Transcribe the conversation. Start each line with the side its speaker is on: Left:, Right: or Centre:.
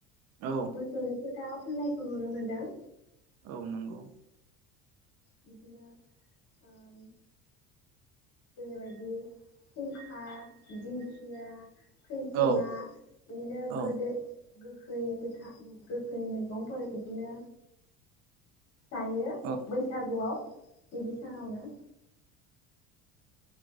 Right: औ
Left: मोसौनो फोथा फुननायखौ नुनो मोनदों।
Right: औ नंगौ।
Left: बिदिनो ओम जेरैबायदि खुंखा, दिंखिया, खैजिमा,
Right: औ
Left: बिदिनो
Right: औ
Left: गोदो गोखै गोथा गोखै मैगंफोर बिदिनो जायो
Right: औ
Left: बैसागुआव गिबि सानावनो